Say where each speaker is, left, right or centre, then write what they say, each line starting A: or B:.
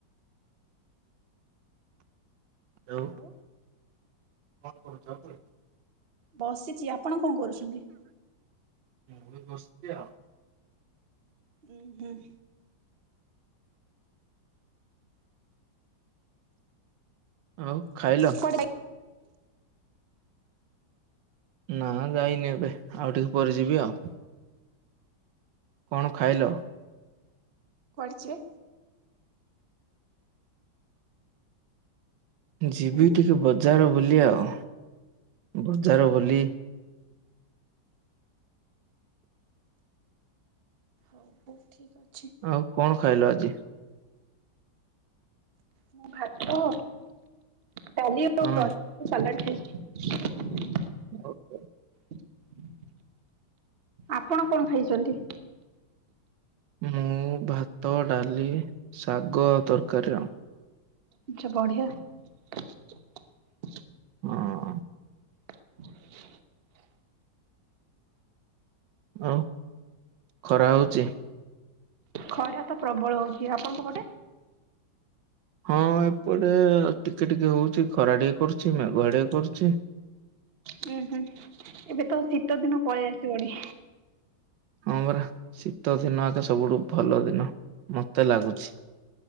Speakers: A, on the right; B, on the right.
A: Hello
B: hello.
A: କଣ କହୁଚ କୁଇ
B: ବସିଚି ଆପଣ କଣ କରୁଛନ୍ତି?
A: ମୁଁ ବି ବସିଚି ଆଉ।
B: ଉଁ ହୁଁ।
A: ଆଉ ଖାଇଲ?
B: କୁଆଡେ
A: ନା ଯାଇନି ଏବେ ଆଉ ଟିକେ ପରେ ଯିବି ଆଉ। କଣ ଖାଇଲ?
B: କୁଆଡେ ଚିଵେ?
A: ଯିବି
B: ହୁଁ
A: ଟିକେ ବଜାର ବୁଲି ଆଉ ବଜାର ବୁଲି
B: ହଉ ହଉ ଠିକ୍ ଅଛି
A: ଆଉ କଣ ଖାଇଲ ଆଜି?
B: ମୁଁ ଭାତ ଡାଲି
A: ହଁ
B: ଆଉ ତର ସାଲାଟ୍ ଖାଇଛି। <inaudible>
A: ଓକେ।
B: <inaudible> ଆପଣ କଣ ଖାଇଚନ୍ତି?
A: ମୁଁ ଭାତ, ଡାଲି, ଶାଗ ଆଉ ତରକାରୀ ଆଉ।
B: ଆଚ୍ଛା ବଢିଆ ଆଉ।
A: ହଁ।
B: ହ <unintelligible>
A: ଆଉ ଖରା ହଉଚି?
B: ଖରା ତ ପ୍ରବଳ ହଉଛି। ଆପଣଙ୍କ ପଟେ?
A: ହଁ ଏପଟେ ଟିକେ ଟିକେ ହଉଛି। ଖରା ଟିକେ କରୁଛି ମେଘୁଆ ଟିକେ କରୁଛି <inaudible>
B: ହୁଁ ହୁଁ। ଏବେ ତ ଶୀତ ଦିନ ପଳେଇ ଆସିବଣି।
A: ହଁ ପରା, ଶୀତଦିନ ଏକା ସବୁଠୁ ଭଲ ଦିନ ମତେ ଲାଗୁଛି।